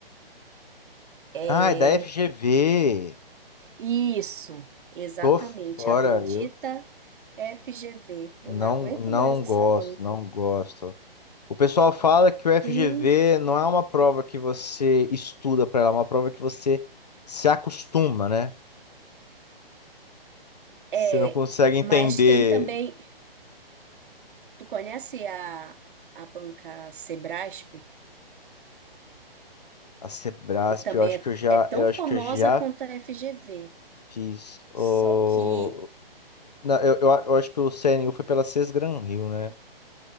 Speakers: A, on the right; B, on the left.
A: É,
B: Ah, é da FGV.
A: isso, exatamente,
B: Tô fora,
A: a bendita
B: eu
A: FGV. Eu
B: não,
A: não aguento
B: não
A: mais essa
B: gosto,
A: banca.
B: não gosto. O pessoal fala que o FGV
A: Sim,
B: não é uma prova que você estuda para ela, é uma prova que você se acostuma, né? Você
A: é,
B: não consegue entender
A: mas tem também, tu conhece a, a banca Sebrasp,
B: a Sebrasp,
A: que também
B: eu acho
A: é,
B: que eu já,
A: é tão
B: eu
A: famosa
B: acho que eu já
A: quanto a FGV,
B: fiz o
A: só que
B: não, eu, eu, eu acho que o CNU foi pela Sesgran Rio, né?